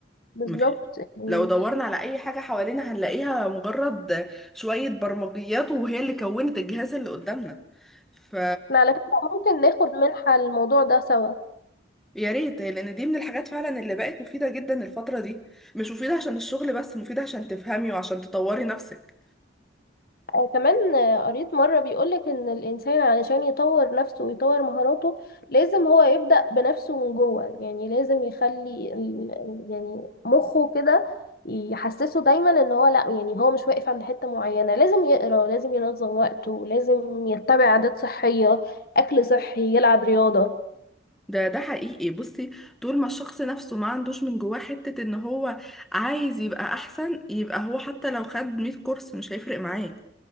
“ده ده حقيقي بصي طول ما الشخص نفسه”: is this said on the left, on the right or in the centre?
Centre